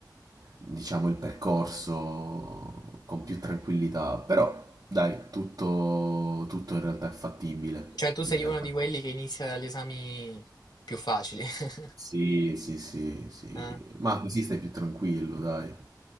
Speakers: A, on the right; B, on the left.
A: diciamo, il percorso con più tranquillità. Però, dai, tutto, tutto in realtà è fattibile.
B: Cioè tu sei
A: In realtà.
B: uno di quelli che inizia dagli esami più facili. <laughs>
A: Sì, sì, sì, sì.
B: Eh,
A: Ma così stai più tranquillo, dai.